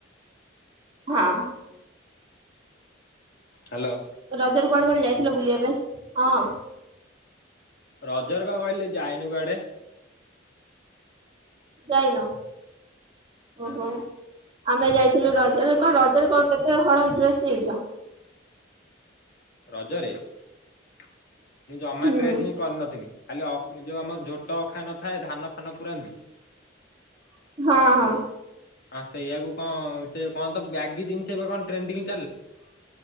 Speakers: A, on the right; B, on the left.
A: ହଁ।
B: ହ୍ୟାଲୋ।
A: ରଜର କୁଆଡେ କୁଆଡେ ଯାଇଥିଲ ବୁଲିବା ପାଇଁ ହଁ
B: ରଜର କା କହିଲି ଯାଇନୁ କୁଆଡେ
A: ଯାଇନା
B: ନା
A: ଓ। ଆମେ ଯାଇଥିଲୁ ରଜରେ କଣ ରଜରେ କ କେତେ ହଳ ଡ୍ରେସ ନେଇଛ
B: ରଜରେ ମୁଁ ଜମା
A: ହୁଁ
B: ଡ୍ରେସ୍ ହିଁ କରିନଥିଲି। ଖାଲି ଯୋଉ ଆମର ଝୋଟ ଅଖାନ ନ ଥାଏ ଧାନ ଫାନ ପୁରାନ୍ତି
A: ହଁ ହଁ
B: ଆସ୍ ସେଇୟଆକୁ କଣ ସେ କଣ ତ ବ୍ୟାଗି ଜିନିଷ ଏବେ କଣ? ଟ୍ରେଡିଂ